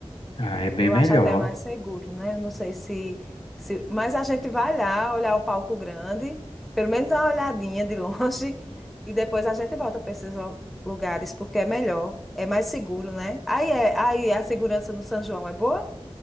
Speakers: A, on the left (about 70°); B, in the centre.
A: ah, é bem
B: Eu
A: melhor.
B: acho até mais seguro, né? Eu não sei se, se... Mas a gente vai lá olhar o palco grande, pelo menos dar uma olhadinha de <laughs> longe, e depois a gente volta para esses lo- lugares, porque é melhor, é mais seguro, né? Aí, é, aí a segurança no São João é boa?